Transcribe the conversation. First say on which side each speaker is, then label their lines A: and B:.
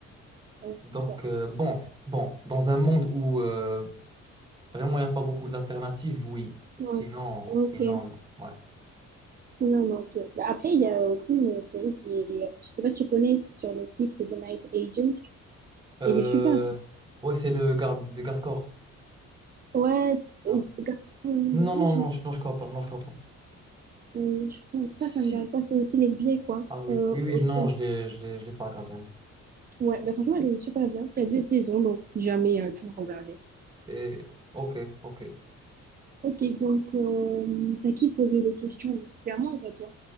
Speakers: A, on the right; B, on the right.
A: Ouais,
B: donc
A: c'est
B: euh, bon, bon, dans un monde où euh, Vraiment, il n'y a pas beaucoup d'alternatives, oui. Sinon,
A: Ouais. Ok.
B: sinon, non. Ouais.
A: Sinon, non, ok. Bah, après, il y a aussi une série qui est, je sais pas si tu connais, c'est sur Netflix, c'est The Night Agent.
B: Euh,
A: Elle est super.
B: ouais, c'est le garde de garde-corps.
A: Ouais, c'est-
B: Ouais.
A: euh, gastronomie,
B: Non, non,
A: je
B: non,
A: sais
B: je, non, je crois pas. Non, je crois pas.
A: Euh, je pense
B: Si.
A: pas, ça engage pas. C'est aussi les vieilles, quoi.
B: Ah oui,
A: Euh,
B: oui, oui,
A: aussi.
B: non, je l'ai, je l'ai, je l'ai pas regardé. hein.
A: Ouais, bah franchement, elle est super bien. Il y a deux saisons, donc si jamais euh, tu veux regarder.
B: Et, ok, ok.
A: Ok, donc euh, c'est à qui de poser les questions? Donc, C'est à moi ou c'est à toi?